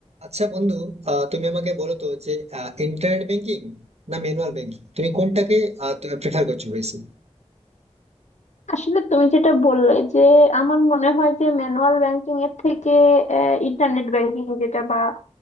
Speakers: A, on the right (about 60°); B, on the left (about 70°).
A: আচ্ছা বন্ধু আহ, তুমি আমাকে বলো তো যে ইন্টারনেট ব্যাংকিং না ম্যানুয়াল ব্যাংকিং তুমি কোনটাকে প্রেফার করছো বেশি
B: আসলে তুমি যেটা বললে যে আমার মনে হয় যে ম্যানুয়াল ব্যাংকিং এর থেকে ইন্টারনেট ব্যাংকিং যেটা বা